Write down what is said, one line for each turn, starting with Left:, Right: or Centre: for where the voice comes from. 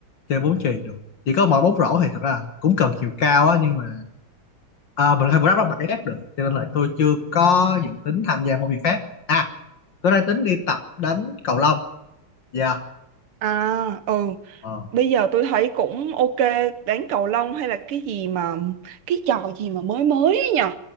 Left: chơi bóng chuyền được chỉ có mỗi bóng rổ thì thật ra cũng cần chiều cao á nhưng mà à, mình không có đáp mặt cái khác được cho nên là tôi chưa có dự tính tham gia môn việc khác à tôi đang tính đi tập đánh cầu lông dạ
Right: à ừ
Left: ờ
Right: bây giờ tôi thấy cũng ok đánh cầu lông hay là cái gì mà cái trò gì mà mới mới ấy nhở